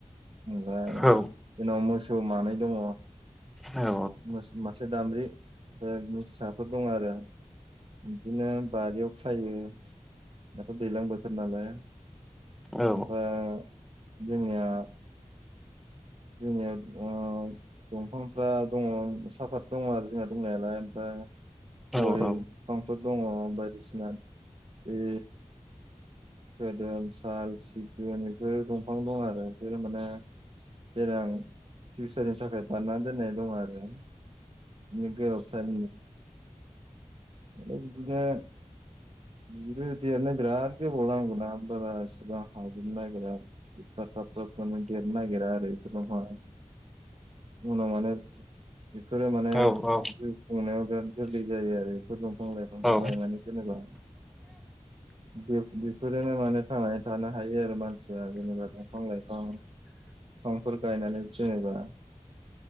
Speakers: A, on the right (about 50°); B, in the centre.
A: जेनबा
B: औ
A: जोंनाव मोसौ मानै दङ
B: औ
A: मोस मासे दामब्रि ओमफाय बिनि फिसा फोर दं आरो बिदिनो बारियाव खायो दाथ' दैज्लां बोथोर नालाय ओमफाय
B: औ
A: जोंनिया जोंनियाव ओ दंफांफ्रा दङ साहाफात दङ आरो जोंहा दंनायालाय ओमफ्राय
B: औ
A: गय
B: औ उम औ
A: बिफांफोर दङ बायदिसिना बे खोदोम साल सिग गुन इफोरो दंफां दं आरो बेफोरो माने देनां फिउसारनि थाखाय बानायना दोननाय दं आरो नोगो फान <unintelligible> बिदिनो देरनो बिराद गो बारा इसिबां हाजोबनो नागिरा एफा थाब थाबखोनो देरनो नागिरा आरो बेफोर दंफाङा उनाव माने बेफोरो माने
B: औ औ
A: जिउ खुंनायाव बिराद गोरलै जायो आरो बेफोर दं बिफां लाइफांखौ
B: औ
A: गायनानै दोननांगौ। बे बेफोरोनो माने थांनानै थानो हायो आरो मा सिया जेनेबा दंफां लाइफां फिफांफोर गायनानै जेनेबा